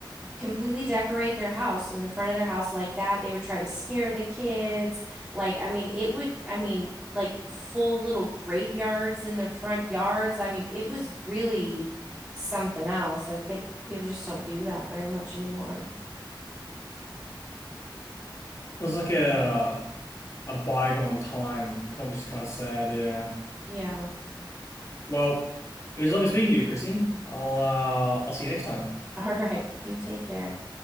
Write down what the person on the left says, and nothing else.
It was like a a bygone time, which is kind of sad, yeah.
Well, it was lovely speaking to you, Chrissy. I'll uh I'll see you next time.